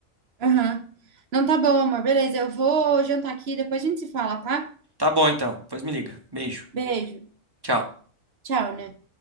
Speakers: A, on the right; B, on the right.
A: Aham. Não, tá bom, amor. Beleza, eu vou jantar aqui, depois a gente se fala, tá?
B: Tá bom, então. Pois me liga. Beijo.
A: Beijo.
B: Tchau.
A: Tchau, né?